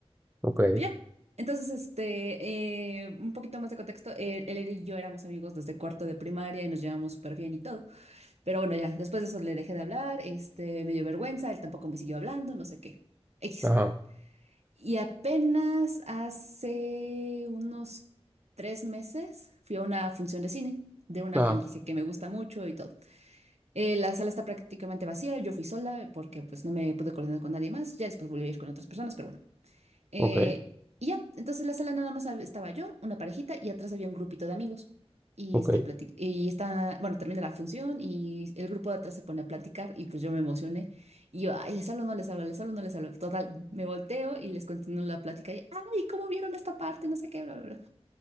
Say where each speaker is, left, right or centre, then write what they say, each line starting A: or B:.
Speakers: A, on the right; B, on the right.
A: ok,
B: Ya. Entonces, este, eh, un poquito más de contexto, él, él y yo éramos amigos desde cuarto de primaria y nos llevamos súper bien y todo. Pero bueno, ya, después de eso le dejé de hablar, este, me dio vergüenza, él tampoco me siguió hablando, no sé qué. X.
A: ajá,
B: Y apenas hace unos tres meses fui a una función de cine de una
A: ajá,
B: franquicia que me gusta mucho y todo. Eh, la sala está prácticamente vacía, yo fui sola porque pues no me pude coordinar con nadie más, ya después volví a ir con otras personas, pero bueno. Eh,
A: ok,
B: y ya, entonces la sala nada más hab- estaba yo, una parejita y atrás había un grupito de amigos. Y,
A: ok,
B: este, plati- y está, bueno, termina la función y el grupo de atrás se pone a platicar y pues yo me emocioné. Y yo, ay, les hablo, no les hablo, les hablo, no les hablo. Total, me volteo y les continúo la plática. Y, ay, ¿cómo vieron esta parte? No sé qué, bla, bla, bla.